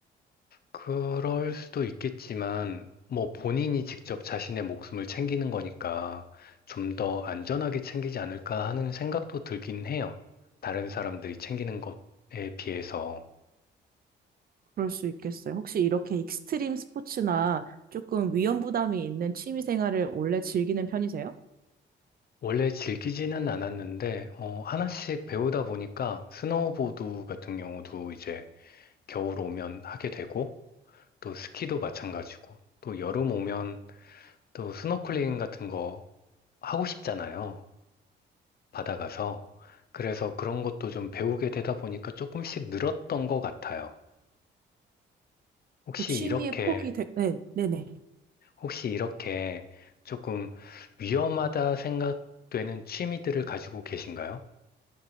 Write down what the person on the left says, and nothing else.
그럴 수도 있겠지만, 뭐 본인이 직접 자신의 목숨을 챙기는 거니까 좀 더 안전하게 챙기지 않을까 하는 생각도 들긴 해요. 다른 사람들이 챙기는 것에 비해서.
원래 즐기지는 않았는데, 어, 하나씩 배우다 보니까 스노우보드 같은 경우도 이제 겨울 오면 하게 되고, 또 스키도 마찬가지고, 또 여름 오면 또 스노클링 같은 거 하고 싶잖아요. 받아가서. 그래서 그런 것도 좀 배우게 되다 보니까 조금씩 늘었던 것 같아요. 혹시
이렇게,
혹시 이렇게 조금 위험하다 생각되는 취미들을 가지고 계신가요?